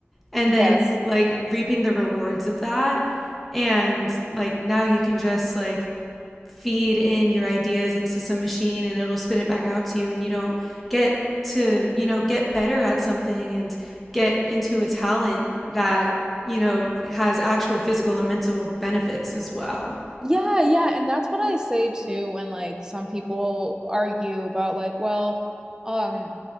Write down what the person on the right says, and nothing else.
Yes.
Yeah, yeah, and that's what I say too when like some people argue about like, well, um,